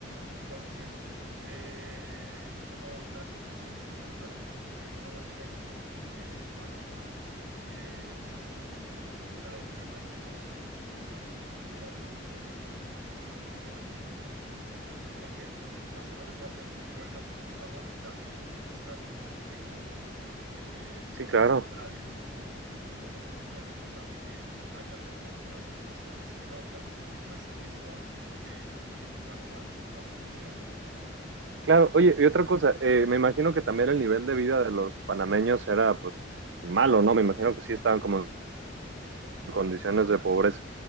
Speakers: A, on the right; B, on the right.
A: Entonces, eh, como las decisiones importantes se tomaban lejos de Panamá, y eh, pues el, la del tema de inversiones en infraestructura y en servicios públicos eran mínimos. Entonces yo creo que más o menos ya te puedes hacer como un mapa mental de estar en un conflicto. eh, El
B: Sí, claro.
A: centralismo del gobierno colombiano pues hace que haya progresos más en unas zonas que en otras y pues eso hizo que pues Panamá no se sintiera colombiano.
B: Claro, oye, y otra cosa, eh, me imagino que también el nivel de vida de los panameños era pues malo, ¿no? Me imagino que sí estaban como en condiciones de pobreza.